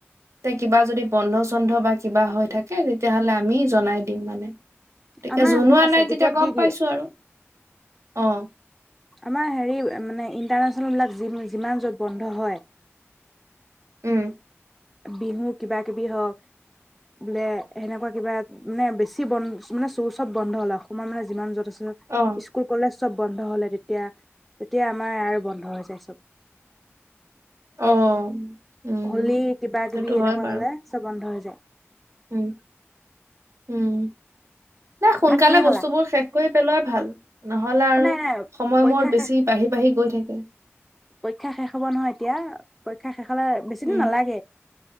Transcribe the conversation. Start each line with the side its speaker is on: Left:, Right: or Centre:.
Right: তে কিবা যদি বন্ধ চন্ধ বা কিবা হৈ থাকে তেতিয়াাহলে আমি জনাই দিম মানে গতিকে
Centre: আমাৰ
Right: জনোৱা
Centre: গ্ৰুপ আছে
Right: নাই
Centre: গ্ৰুপত
Right: তেতিয়া গম
Centre: দি দিয়ে
Right: পাইছো আৰু অ
Centre: আমাৰ হেৰি মানে ইন্টাৰনেচনেলবিলাকি যিমান য'ত বন্ধ হয়
Right: উম
Centre: বিহু কিবা কিবি হওক বোলে সেনেকুৱা কিবা মানে বেছি বন্ধ মানে চোৰ চব বন্ধ হলে অসময়ত মানে যিমান য'ত আছে
Right: অ
Centre: স্কুল কলেজ চব বন্ধ হলে তেতিয়া তেতিয়া আমাৰ আৰু বন্ধ হৈ যায় চব
Right: অ উম
Centre: হলি কিবা কিবি
Right: সেইটো
Centre: এনেকুৱা
Right: হয় বাৰু
Centre: হলে চব বন্ধ হৈ যায়
Right: উম উম নাই সোনকালে
Centre: ভাত কিহে
Right: বস্তুবোৰ
Centre: খালা
Right: শেষ কৰি পেলোৱাই ভাল নহলে আৰু
Centre: নাই নাই
Right: সময়
Centre: পৰীক্ষা
Right: মূৰত বেছি
Centre: শেষ
Right: বাঢ়ি বাঢ়ি গৈ থাকে উ
Centre: পৰীক্ষা শেষ হব নহয় এতিয়া পৰীক্ষা শেষ হলে বেছিদিন
Right: উম
Centre: নালাগে